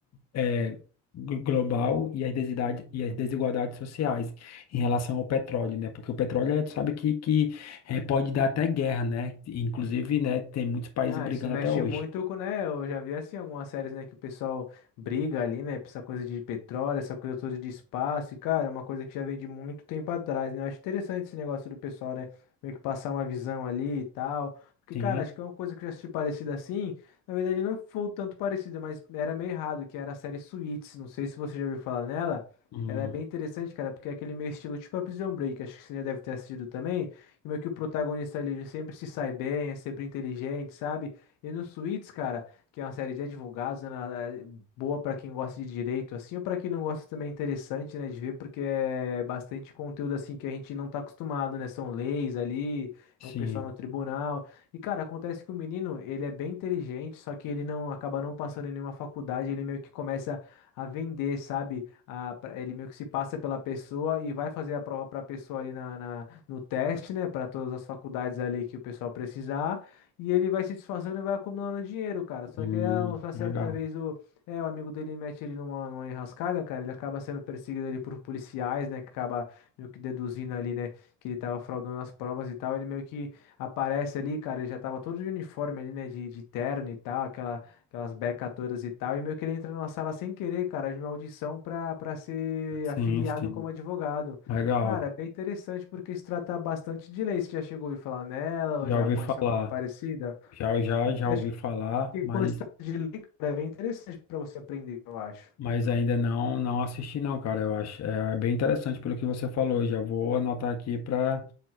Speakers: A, on the left; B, on the left.
A: é, glo- global e as desigualdades, e as desigualdades sociais em relação ao petróleo, né? Porque o petróleo, é, tu sabe que, que é, pode dar até guerra, né? Inclusive, né, tem muitos países
B: Ah,
A: brigando
B: isso mexe
A: até hoje.
B: muito com, né? Eu já vi assim algumas séries, né, que o pessoal briga ali, né, por essa coisa de petróleo, essa coisa toda de espaço, e cara, é uma coisa que já vem de muito tempo atrás, né? Eu acho interessante esse negócio do pessoal, né, meio que passar uma visão ali e tal. Porque,
A: Sim,
B: cara, acho que é uma coisa que eu já assisti parecida assim. Na verdade, não foi tanto parecida, mas era meio errado, que era a série Suits. Não sei se você já ouviu falar nela.
A: hum,
B: Ela é bem interessante, cara, porque é aquele meio estilo tipo a Prison Break. Acho que você já deve ter assistido também e meio que o protagonista ali, ele sempre se sai bem, é sempre inteligente, sabe? E no Suits, cara, que é uma série de advogados, né, na- é boa pra quem gosta de direito, assim, ou pra quem não gosta também é interessante, né, de ver, porque é bastante conteúdo, assim, que a gente não tá acostumado, né? São leis ali,
A: sim,
B: é o pessoal no tribunal. E, cara, acontece que o menino, ele é bem inteligente, só que ele não acaba não passando em nenhuma faculdade, ele meio que começa a vender, sabe? A, pra- ele meio que se passa pela pessoa e vai fazer a prova para a pessoa ali na, na no teste, né, para todas as faculdades ali que o pessoal precisar, e ele vai se disfarçando e vai acumulando dinheiro, cara. Só
A: hum,
B: que é, um, uma
A: legal.
B: certa vez o, é, o amigo dele mete ele numa, numa enrascada, cara, ele acaba sendo perseguido ali por policiais, né, que acaba meio que deduzindo ali, né, que ele tava fraudando as provas e tal, ele meio que aparece ali, cara, ele já tava todo de uniforme ali, né, de, de terno e tal, aquela, aquelas becas todas e tal, e meio que ele entra numa sala sem querer, cara, de uma audição pra, pra ser
A: Sim,
B: afiliado
A: sim,
B: como advogado.
A: legal.
B: Cara, é bem interessante porque se trata bastante de lei. Você já chegou a ouvir falar nela
A: Já
B: ou já
A: ouvi
B: conhece
A: falar,
B: alguma parecida?
A: já, já,
B: Porque
A: já ouvi
B: acho
A: falar,
B: que
A: mas...
B: quando se trata de lei, cara, é bem interessante para você aprender, eu acho.
A: Mas ainda não não assisti não, cara. Eu acho é bem interessante pelo que você falou. Eu Já vou anotar aqui para